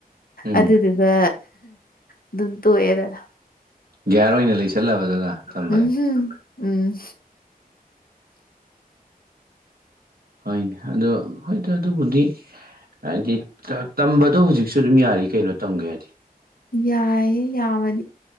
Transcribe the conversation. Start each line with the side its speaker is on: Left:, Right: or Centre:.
Right: ꯎꯝ
Left: ꯑꯗꯨꯗꯨꯒ ꯑꯗꯨꯝ ꯇꯣꯛꯑꯦꯗꯅ
Right: ꯒ꯭ꯌꯥꯔ ꯑꯣꯏꯅ ꯂꯩꯁꯜꯂꯕ ꯑꯗꯨꯅ ꯊꯝꯕꯅꯦ
Left: <unintelligible> ꯎꯝꯍꯨꯝ ꯎꯝ
Right: ꯍꯣꯏꯅꯦ ꯑꯗꯣ ꯍꯣꯏꯗ ꯑꯗꯨꯕꯨꯗꯤ ꯍꯥꯏꯗꯤ ꯇ ꯇꯝꯕꯗꯣ ꯍꯧꯖꯤꯛꯁꯨ ꯑꯗꯨꯝ ꯌꯥꯔꯤ ꯀꯩꯅꯣ ꯇꯝꯒꯦ ꯍꯥꯏꯗꯤ
Left: ꯌꯥꯏꯌꯦ ꯌꯥꯕꯗꯤ